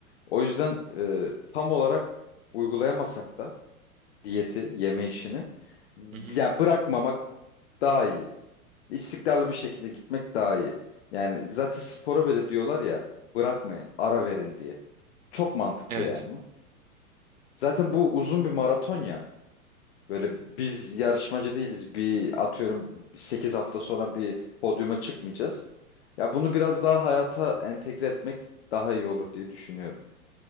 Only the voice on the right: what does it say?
Hı hı.
Evet.